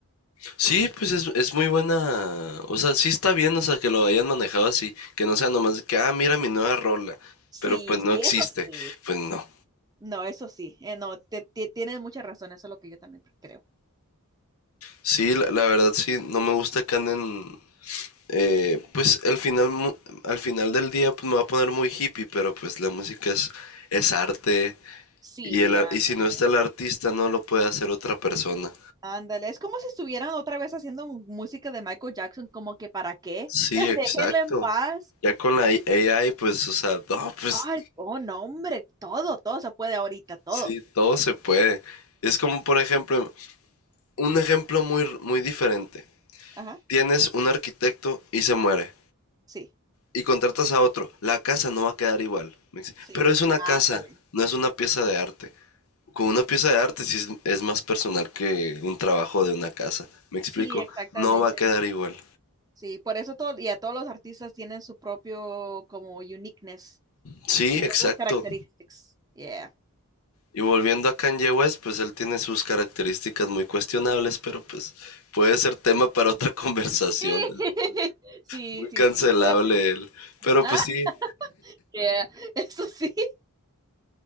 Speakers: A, on the left; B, on the right.
A: Sí, pues es, es muy buena. O sea, sí está bien, o sea, que lo hayan manejado así. Que no sea nomás de que, ah, mira mi nueva rola.
B: Sí,
A: Pero pues no
B: sí,
A: existe.
B: eso sí.
A: Pues no.
B: No, eso sí. Eh, no, te, te- tienes mucha razón, eso es lo que yo también creo.
A: Sí, la, la verdad sí, no me gusta que anden. eh, pues al final, mu- al final del día pues, me va a poner muy hippie, pero pues la música es, es arte.
B: Sí,
A: Y, el, ar-
B: ándale.
A: y si no está el artista, no lo puede hacer otra persona.
B: Ándale, es como si estuvieran otra vez haciendo mu- música de Michael Jackson, como que ¿para qué?
A: Sí,
B: <laughs>
A: exacto.
B: Déjenlo en paz.
A: Ya con la A I- AI, pues, o sea, no, pues
B: Ay, oh, no, hombre, todo, todo se puede ahorita, todo.
A: Sí, todo se puede. Es como, por ejemplo, un ejemplo muy, muy diferente.
B: Ajá,
A: Tienes un arquitecto y se muere.
B: sí,
A: Y contratas a otro. La casa no va a quedar igual. Me dice,
B: sí,
A: Pero es una
B: ándale.
A: casa, no es una pieza de arte. Con una pieza de arte sí es, es más personal que un trabajo de una casa. Me explico,
B: Sí, exactamente.
A: no va a quedar igual.
B: Sí, por eso todo, y a todos los artistas tienen su propio como uniqueness,
A: Sí,
B: su propio
A: exacto.
B: characteristics. Yeah.
A: Y volviendo a Kanye West, pues él tiene sus características muy cuestionables, pero pues puede ser tema para otra <laughs> conversación.
B: Sí, <laughs> sí,
A: Muy cancelable
B: sí, sí, parece.
A: él. Pero
B: Ah,
A: pues sí,
B: yeah, <laughs> eso sí.